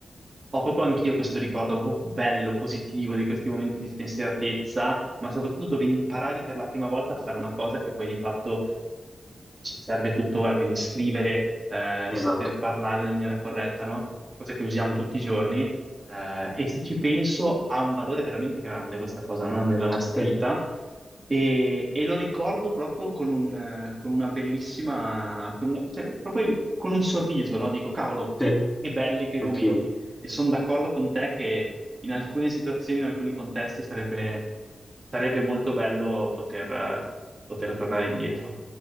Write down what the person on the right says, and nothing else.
Ho proprio anch'io questo ricordo proprio bello, positivo di questi momenti di spensieratezza, ma soprattutto dove imparavi per la prima volta a fare una cosa che poi di fatto ci serve tuttora, quindi scrivere, eh,
saper parlare nella maniera corretta, no? Cosa che usiamo tutti i giorni. eh, e se ci penso, ha un valore veramente grande questa cosa, no? Nella nostra
vita e, e lo ricordo proprio con, un, con una bellissima, con una- cioè, proprio con un sorriso, no? Dico, cavolo,
che belli quei
momenti. E sono d'accordo con te che in alcune situazioni, in alcuni contesti, sarebbe, sarebbe molto bello poter, poter tornare indietro.